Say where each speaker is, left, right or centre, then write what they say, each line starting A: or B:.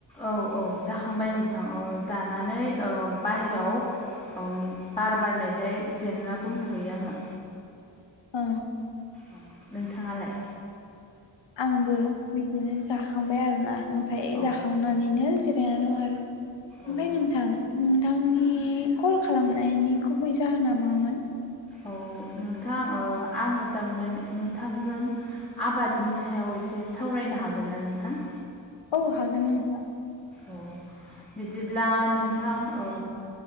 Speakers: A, on the left (about 15°); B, on the left (about 70°).
A: औ औ जाखांबाय नोंथां। ओ जानानै अ बाहेराव अम बार बारनायखाय जिरायना दंथ'यो आङो।
B: अ।
A: औ नोंथाङालाय?
B: आंबो बिदिनो जाखांबाय आरोना। ओमफाय
A: औ
B: जाखांनानैनो जिरायना दं आरो। ओमफाय
A: औ
B: नोंथां नोंथांनि कल खालामनायनि गुबै जाहोना मामोन?
A: अ नोंथां ओ आङो दा माने नोंथांजों आबादनि सायाव एसे सावरायनो हागोनना नोंथां?
B: औ हागोन नोंथां।
A: औ बिदिब्ला नोंथां ओ